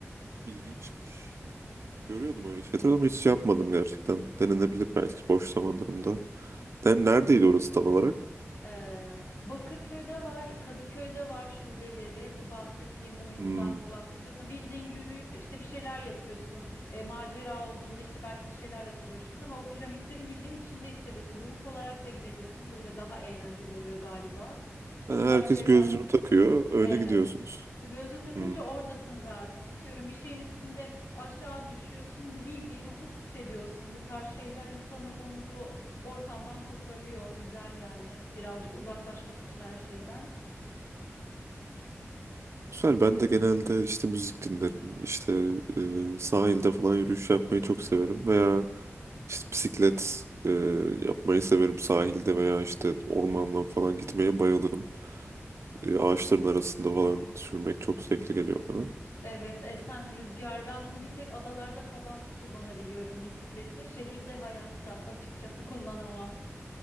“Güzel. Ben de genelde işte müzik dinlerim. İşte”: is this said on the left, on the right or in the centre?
Right